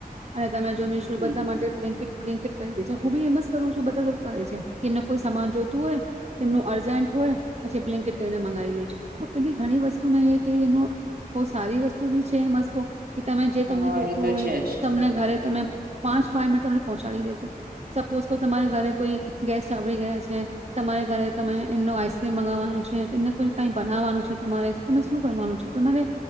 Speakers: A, on the right; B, on the right.
A: અને તમે જો મિશું
B: હમ
A: બધા માટેટ કરી દેજો હું બી એમ જ કરું છું બધા લોકો કરે છે કેમને કોઈ સમાન જોતું હોય એમનું અર્જન્ટ હોય પછી બ્લેન્કેટ કને મગાવી લેજ તો બધી ઘણી વસ્તુ મેં એ એનું બહ સારી વસ્તુ બી છે મસ્ત કે તમે જે
B: હા
A: તમને જોતું
B: એ તો
A: હોય
B: છે જ
A: તમને ઘરે તમે પાંચ ફાઈ મિટર તમને પહોંચાડી દેશે સપોઝ કો તમારે ઘરે કોઈ ગેસ્ટ આવડી ગયા છે તમારે ઘરે ત એમનું આઈસક્રીમ મગાવવાનું છે એમને કોઈ કઈ બનાવવાનું છે તમારે તમે શું કરવાનું છે તમારે